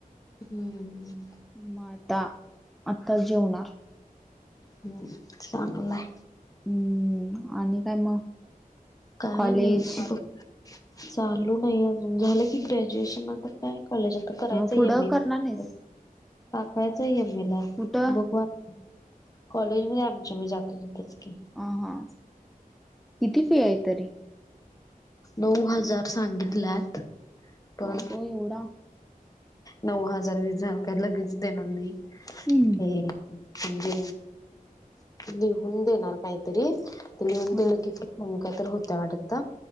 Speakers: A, on the left; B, in the centre.
A: हम्म हम्म हम्म.
B: मग आता आत्ताच जेवणार.
A: हम्म चांगलाय.
B: हम्म आणि काय मग?
A: काही
B: कॉलेज
A: नाही बघ. चालू नाही अजून झालं की ग्रॅज्युएशन नंतर काय कॉलेजात करायच
B: मग
A: यम
B: पुढं
A: ए
B: करणार नाहीस
A: टाकायचा यमएमे ला
B: कुठं
A: बघु आता. कॉलेज मध्ये आमच्या मी जातो तीथंच की.
B: ह हा, किती फी आहे तरी?
A: नऊ हजार सांगितल्यात. पण
B: बाबो एवढा
A: नऊ हजार <unintelligible> झालं का लगेच देणार नाही.
B: हम्म.
A: हे अ म्हणजे लिहून देनार कायतरी ते लिहून दिलं
B: हा
A: की म्हण काय तरी होतय वाटत.